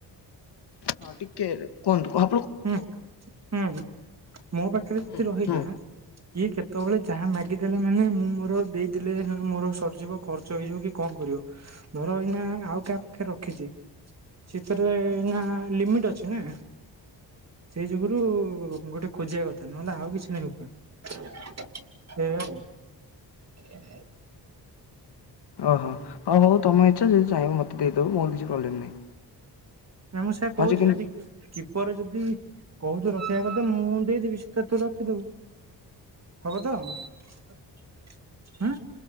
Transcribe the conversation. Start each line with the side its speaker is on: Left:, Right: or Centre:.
Left: ହଁ ଟିକେ କୁହନ୍ତୁ କ
Right: ହୁଁ ହୁଁ ମୋ ପାଖରେ
Left: ହୁଁ
Right: ଯି ରହିଲା
Left: ହୁଁ
Right: ଇଏ କେତେବେଳେ ଯାହା ମାଗିଦେଲେ ମାନେ ମୁଁ ମୋର ଦେଇଦେଲେ ମୋର ସରିଯିବ ଖର୍ଚ୍ଚ ହେଇଯିବ କି କଣ କରିବ ଧର ଏଇନା ଆଉ କା ପାଖ ରଖିଛି ସେଇଥିରେ ନା ଲିମିଟ ଅଛି ନା। ସେଇ ଯୁଗୁରୁ ଗୋଟେ ଖୋଜିବା କଥା ନହେଲେ ଆଉ କିଛି ନାହିଁ କଣ। ହୁଁ । <inaudible>
Left: ଓହୋ ହଉ ହଉ ତମ ଇଚ୍ଛା ଯଦି ଚାହିଁବ ମତେ ଦେଇଦବୁ ମୋର କିଛି ପ୍ରୋବଲେମ ନାହିଁ।
Right: ନା ମୁଁ ସେ କହୁଛି
Left: ହଁ ଯେ କିନ୍ତୁ
Right: ଯଦି କିପର ଯଦି କହୁଛୁ ରଖିଆ କଥା ମୁଁ ଦେଇଦେବି ସେଥିରୁ ତୁ ରଖିଦବୁ ହବ ତ ହାଁ